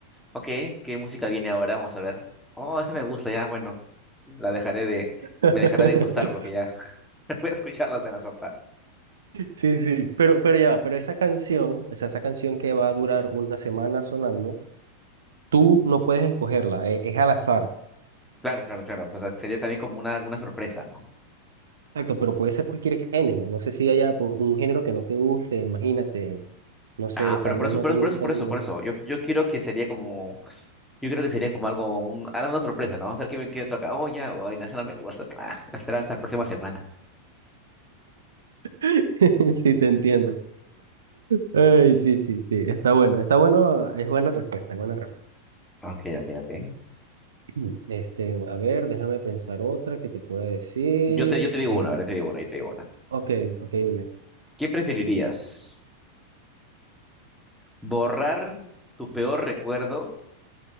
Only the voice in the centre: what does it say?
Ok, ¿qué música viene ahora? Vamos a ver. Oh, esa me gusta, ya, bueno. La dejaré de...
Me dejará de gustar porque ya <laughs> voy a escucharlas en la sopa.
Claro, claro, claro. O sea, sería también como una, una sorpresa, ¿no?
Ah,
pero por
eso,
por
eso,
por eso, por eso, por eso. Yo, yo quiero que sería como... Yo creo que sería como algo... Un, algo una sorpresa, ¿no? Vamos a ver qué, me- qué me toca. Oh, ya, oh, ay, no, esa no me gusta. Ah, espera hasta la próxima semana.
Ok, ok, ok.
Yo te, yo te
digo una,
¿verdad?
Te digo una, yo te digo una.
¿Qué preferirías? ¿Borrar tu peor recuerdo?